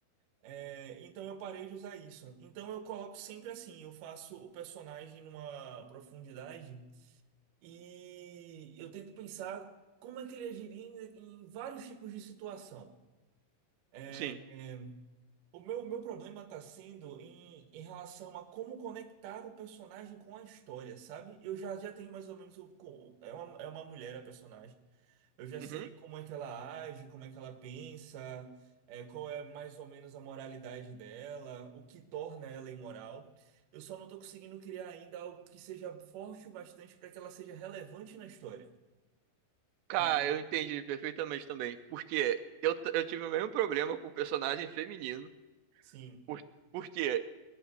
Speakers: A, on the right; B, on the right.
A: É, então eu parei de usar isso. Então eu coloco sempre assim, eu faço o personagem numa profundidade E eu tento pensar como é que ele agiria em, em vários tipos de situação. É,
B: Sim.
A: é, o meu, meu problema está sendo em, em relação a como conectar o personagem com a história, sabe? Eu já, já tenho mais ou menos o, co- é uma, é uma mulher a personagem. Eu já sei
B: Uhum.
A: como é que ela age, como é que ela pensa, é, qual é mais ou menos a moralidade dela, o que torna ela imoral. Eu só não estou conseguindo criar ainda algo que seja forte o bastante para que ela seja relevante na história.
B: Cara,
A: É,
B: eu entendi perfeitamente também. Porque eu, t- eu tive o mesmo problema com o personagem feminino.
A: sim,
B: Por, porque